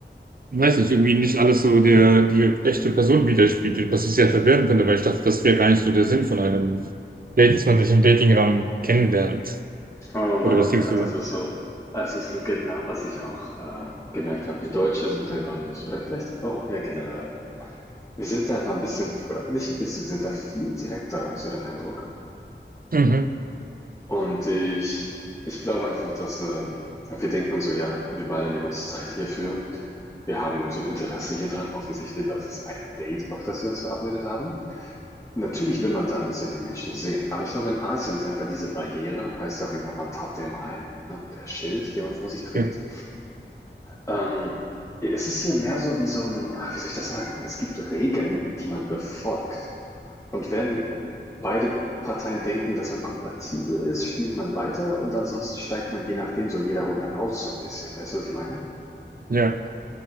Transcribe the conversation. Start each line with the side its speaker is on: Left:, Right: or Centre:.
Right: ich weiß nicht, irgendwie nicht alles so der, die echte Person widerspiegelt, was ich sehr verwirrend finde, weil ich dachte, das wäre gar nicht so der Sinn von einem Date, dass man sich im Datingraum kennenlernt.
Left: Oh mein
Right: Oder was denkst
Left: Gott,
Right: du?
Left: das ist so, das ist so genau, was ich auch äh, gemerkt habe. Wir Deutsche sind da, glaube ich, oder vielleicht Europäer generell. Wir sind da einfach ein bisschen, oder nicht ein bisschen, wir sind da viel direkter, habe ich so den Eindruck.
Right: Mhm.
Left: Und ich, ich glaube einfach, dass ähm, wir denken uns so, ja, wir beide nehmen uns Zeit hierfür. Wir haben so Interesse hier dran, offensichtlich, weil es ist ein Date, auf das wir uns verabredet haben. Natürlich will man da ein bisschen die Menschen sehen, aber ich glaube, in Asien ist einfach diese Barriere, heißt ja auch in Japan Tatemae, ne, der Schild, den man vor sich trägt.
Right: Ja,
Left: Ähm, es ist hier mehr so wie so ein, ach, wie soll ich das sagen? Es gibt Regeln, die man befolgt. Und wenn beide Parteien denken, dass man kompatibel ist, spielt man weiter und ansonsten steigt man je nachdem so in jeder Runde aus so ein bisschen. Weißt du, was ich meine?
Right: ja.